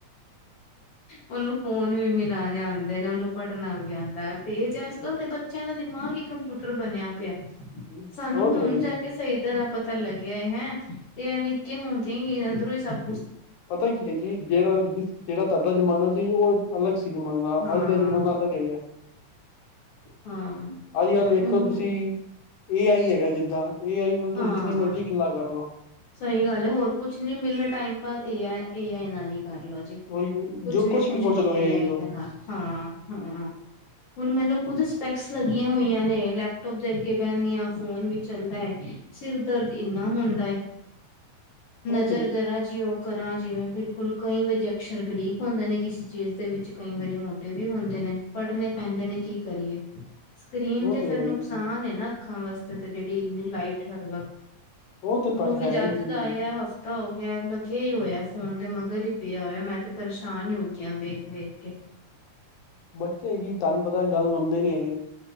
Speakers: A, on the left; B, on the left.
A: ਉਹਨੂੰ ਫੋਨ ਵੀ ਮਿਲਾਣੇ ਆਂਦਾ ਐ ਨ ਉਹ ਨੂੰ ਪੜ੍ਹਨਾ ਵੀ ਆਂਦਾ ਐ ਤੇਜ ਐ ਅੱਜ- ਕੱਲ ਦੇ ਬੱਚਿਆਂ ਦਾ ਦਿਮਾਗ ਕੰਪਿਊਟਰ ਬਨਿਆ ਪੇਐ,
B: ਉਹ
A: ਸਾਨੂੰ
B: ਤੇ
A: ਹੁਨ
B: ਹੈ ਹੀ
A: ਜਾ
B: ਹੈ ਜੀ।
A: ਕੇ ਸਹੀ। ਤੇਰਾ ਪਤਾ ਲੱਗਿਐ ਹੈਂ, ਤੇ ਐ ਨਿੱਕੇ ਹੁੰਦੇ ਈ ਅੰਦਰੋਂ ਈ ਸੱਬ।
B: ਪਤਾ ਕੀ ਐ ਜੀ, ਜੇੜਾ ਜਿਸ, ਜੇੜਾ ਤਾਡਾ ਜ਼ਮਾਨਾ ਸੀ ਓਹ ਅਲੱਗ ਸੀ ਜ਼ਮਾਨਾ,
A: ਹਾਂ
B: ਅੱਜ ਦਾ ਜ਼ਮਾਨਾ ਅਲੱਗ ਹੈਗਾ।
A: ਹਾਂ।
B: ਅੱਜ ਕੱਲ੍ਹ ਵੇਖੋ
A: ਹੁਣ
B: ਤੁਸੀਂ ਏ, ਆਈ, ਹੈਗਾ। ਜਿੱਦਾਂ ਏ, ਆਈ, ਨੂੰ ਤੁਸੀਂ
A: ਹਾਂ
B: ਜਿੰਨੀ ਮਰਜ਼ੀ ਗੱਲਾ ਕਰ ਲੋ।
A: ਸਹੀ ਗੱਲ ਐ, ਹੋਰ ਕੁਛ ਨੀ ਮਿਲਨਾ ਟਾਈਮ ਪਰਏ ਐ, ਏ, ਆਈ, ਨਾਲ ਈ। ਕਰਲੋ ਜੀ,
B: ਉਹੀ
A: ਕੁੱਛ
B: ਜੋ
A: ਵੀ
B: ਕੁਛ
A: ਪੁੱਛ ਲੋੋ
B: ਲਓ
A: ਏ, ਆਈ,
B: ਤੋਂ
A: ਦੇ ਨਾਲ। ਹਾਂ, ਹਾਂ। ਹੁਨ ਮੈਨੂੰ ਕੁੱਝ ਸਪੈਕਸ ਲੱਗੀਆਂ ਹੋਈਆਂ ਨੇ। ਲੈਪਟੋਪ ਦੇ ਅੱਗੇ ਬਹਿੰਨੀ ਆ, ਫੋਨ ਵੀ ਚੱਲਦੈ। ਸਿਰ ਦਰਦ ਇੰਨਾ ਹੁੰਦਾ ਏ। ਨਜ਼ਰ
B: ਉਹ ਤੇ
A: ਜਰਾ ਜੀ, ਉਹ ਕਰਾਂ ਜਿਵੇਂ ਬਿਲਕੁਲ ਕਈ ਵਾਰੀ ਅਕਸ਼ਰ ਬਰੀਕ ਹੁੰਦੇ ਨੇ ਕਿਸੇ ਚੀਜ਼ ਦੇ ਵਿੱਚ, ਕਈ ਵਾਰੀ ਮੋ ਟੇ ਵੀ ਹੁੰਦੇ ਨੇ, ਪੜ੍ਹਨੇ ਪੈਂਦੇ ਨੇ, ਕੀ ਕਰੀਏ? ਸਕਰੀਨ
B: ਉਹ
A: ਤੇ ਫੇਰ
B: ਹੈ ਹੀ
A: ਨੁਕਸਾਨ
B: ਹੈ ਜੀ।
A: ਏ ਨਾ ਅੱਖਾਂ ਵਾਸਤੇ, ਤੇ ਜੇਹੜੀ ਇੰਨੀ ਲਾਈਟ ਹਰ ਵਕਤ
B: ਉਹ ਤੇ
A: ਉਨੂੰ
B: ਪ
A: ਵੀ
B: ਹੈ
A: ਜੱਦ
B: ਹੀ ਹੈ
A: ਦਾ
B: ਜੀ
A: ਆਇਆ, ਹਫ ਹਫਤਾਂ ਹੋ ਗਿਆ, ਲੱਗਿਆ ਈ ਹੋਇਐ ਫੋਨ ਦੇ ਮਗਰ ਈ ਪੇਆ ਹੋਇਐ, ਮੈਂ ਤੇ ਪਰੇਸ਼ਾਨ ਈ ਹੋਗਿਆ, ਵੇਖ- ਵੇਖ ਕੇ।
B: ਬੱਚੇ ਹੈਗੇ, ਤੁਹੰਨ ਪਤੈ ਗੱਲ ਮੰਨਦੇ ਨੀ ਹੈਗੇ।